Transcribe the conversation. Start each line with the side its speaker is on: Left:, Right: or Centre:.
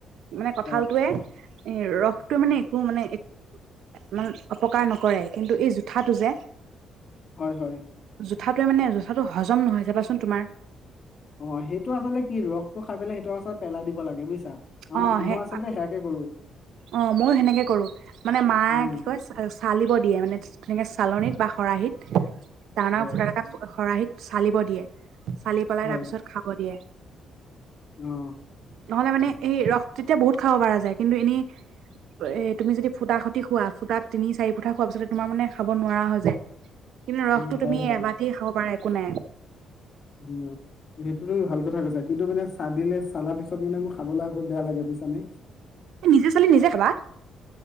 Right: মানে কঁঠালটয়ে
Left: হয়
Right: এ ৰসটোটো মানে একো মান ন অ, নকৰে কিন্তু এই জোঠাটো যে
Left: হয়, হয়।
Right: জোঠাটোৱে মানে জোঠাতটো হজম নহয় চাবাচোন তোমাৰ
Left: অ', সেইটো আচলতে কি ৰস টো খাই পেলাই সেইটো আচলতে পেলাই দিব লাগে বুজছা।
Right: অ সেই
Left: মই আচলতে সেয়াকে কৰো।
Right: অ, ' ময়ো সেনেকে কৰো মানে মায়ে
Left: উম
Right: কি কয় চালিব দিয়ে মানে তেনেকে চালনীত বা খৰাহিত ত ডাঙৰ
Left: হয়
Right: ফুটা একা খৰাহিত চালিব দিয়ে। চালি পেলাই
Left: হয়
Right: তাৰপিছত খাব দিয়ে।
Left: অ',
Right: নহ'লে মানে এই ৰস তেতিয়া বহুত খাব পৰা যায়। কিন্তু এনেই এ তুমি যদি ফুটা সতি খোৱা ফুটাত তিনি চাৰি পুঠা খোৱা পিছত তোমাৰ মানে খাব নোৱাৰা হৈ যায়। কিন্তু ৰসটো
Left: উম হয়
Right: তুমি
Left: হয়
Right: এবতে খাব পাৰা একো নাই।
Left: উম, সেইটোত ভাল কথা কৈছা কিন্তু মানে চ দিলে চালাৰ পিছত মানে মোৰ খাবলৈ আকৌ বেয়া লাগে বুছান নে।
Right: এ নিজে ছোৱালী নিজে খাবা